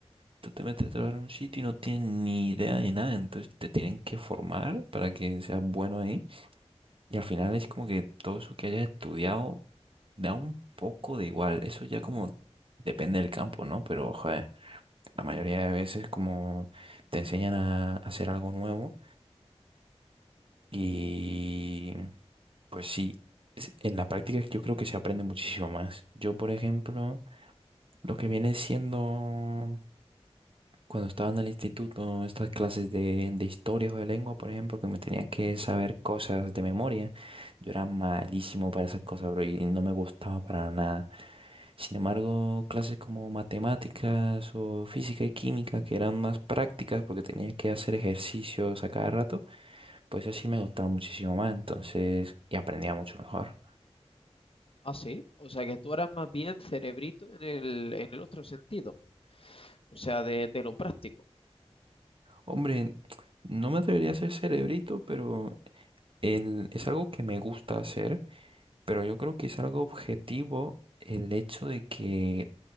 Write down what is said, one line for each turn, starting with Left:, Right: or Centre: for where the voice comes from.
Right: tú te metes a trabajar en un sitio y no tienes ni idea de nada, entonces te tienen que formar para que seas bueno ahí, y al final es como que todo eso que hayas estudiado da un poco de igual, eso ya como depende del campo, ¿no? Pero, joder, la mayoría de veces como te enseñan a hacer algo nuevo. Y pues sí, es- en la práctica yo creo que se aprende muchísimo más. Yo, por ejemplo, lo que viene siendo cuando estaba en el instituto, estas clases de, de historia o de lengua, por ejemplo, que me tenía que saber cosas de memoria, yo era malísimo para esas cosas, bro, y no me gustaba para nada. Sin embargo, clases como matemáticas o física y química, que eran más prácticas porque tenía que hacer ejercicios a cada rato, pues así me gustaba muchísimo más, entonces, y aprendía mucho mejor.
Left: Ah, sí. O sea, que tú eras más bien cerebrito en el, en el otro sentido. O sea, de, de lo práctico.
Right: Hombre, no me atrevería a ser cerebrito, pero el- es algo que me gusta hacer, pero yo creo que es algo objetivo el hecho de que